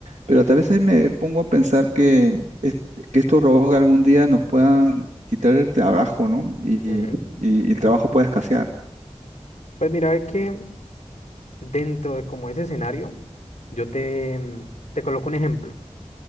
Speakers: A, on the right (about 85°); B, on the left (about 75°).
A: pero a veces me pongo a pensar que, est- que estos robots algún día nos puedan quitar el trabajo, ¿no? Y,
B: ujú.
A: y- y el trabajo pueda escasear.
B: Pues mira, ve que dentro de como ese escenario, yo te, mm, te coloco un ejemplo.